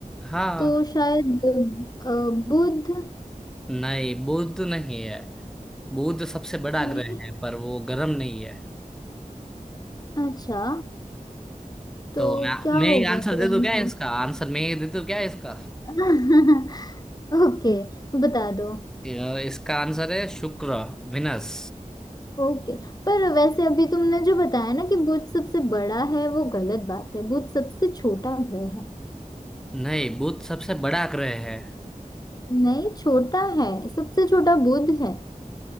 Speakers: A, in the centre; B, on the left.
A: हाँ
B: तो शायद अ, बुध
A: नहीं बुध नहीं है बुध सबसे बड़ा
B: नहीं
A: ग्रह है पर वो गर्म नहीं है
B: अच्छा तो
A: तो मैं
B: क्या
A: मैं
B: होगा
A: एक आंसर
B: फिर
A: दे दूं
B: आंसर
A: क्या इसका आंसर मैं ये दे दूं क्या इसका
B: <laughs> ओके बता दो
A: अ, इसका आंसर है शुक्र विनस
B: ओके पर वैसे अभी तुमने जो बताया ना कि बुध सबसे बड़ा है वो गलत बात है बुध सबसे छोटा ग्रह है
A: नहीं बुध सबसे बड़ा ग्रह है
B: नहीं छोटा है सबसे छोटा बुध है